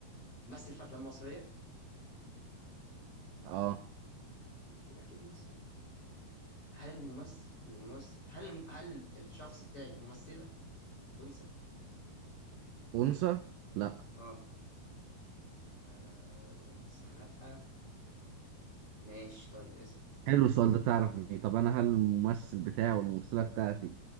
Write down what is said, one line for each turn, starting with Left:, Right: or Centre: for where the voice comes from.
Left: مثل في افلام مصريه
Right: اه
Left: ماشي يبقى اكيد مصري بتهيألي يعني هل الممثل الممثل هل هل الشخص بتاعي ممثله انثى
Right: انثى لا
Left: اه آه، انثى لا ماشي طيب اسم
Right: حلو السؤال ده تعرف بيه طب انا هل الممثل بتاعي والممثله بتاعتي